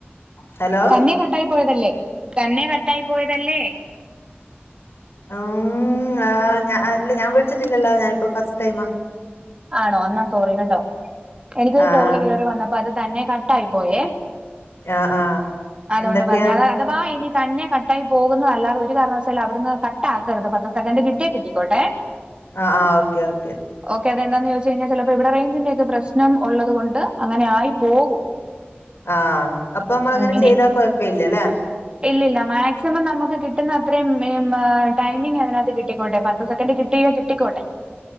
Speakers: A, on the left; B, on the right.
A: ഹലോ
B: തന്നെ കട്ടായി പോയതല്ലേ തന്നെ കട്ടായിപോയതല്ലേ
A: ഉം ഞാൻ ഞാ അല്ല ഞാൻ വിളിച്ചിട്ടില്ലല്ലോ ഞാനിപ്പോ ഫസ്റ്റ് ടൈമാ
B: ആണോ അന്നാ സോറി കേട്ടോ എനിക്കൊരു
A: ആഹ്
B: കോള് കേറി വന്നപ്പോ അത് തന്നെ കട്ടായി പോയേ
A: ആഹ് ആഹ്
B: <inaudible> അതുകൊണ്ട്
A: എന്തൊക്കെയാ
B: പറഞ്ഞാഅത അഥവാ ഇനി തന്നെ കട്ട് കട്ടായി പോകുന്നഅല്ലാതെ ഒരു കാരണവശാലും അവിട്ന്ന് കട്ടാക്കരുത് പത്ത് സെകന്റ് കിട്ടിയെ കിട്ടിക്കോട്ടെ
A: അഹ് ആഹ് ഓക്കേ ഓക്കെ
B: കെതെന്തന്നം ന്ന്ചോയ്ച്ച് കഴിഞ്ഞാ ചെലപ്പോ ഇവിടെ റേഞ്ചിന്റെഒക്കെ പ്രശ്നം ഉള്ളതുകൊണ്ട് അങ്ങന ആയി പോകും
A: ആഹ് അപ്പൊ അമ്മള്ങ്ങനെ
B: ഉം ഇനി
A: ചെയ്താ കൊഴപ്പ ഇല്ലല്ലേ
B: ഇല്ലില്ല മാക്സിമം നമുക്ക് കിട്ടുന്ന അത്രയും ടൈമിംഗങ്ങനെ അത്തികിട്ടിക്കോട്ടെ പത്ത് സെക്കൻഡ് കിട്ട് കിട്ടിയോ കിട്ടിക്കോട്ടെ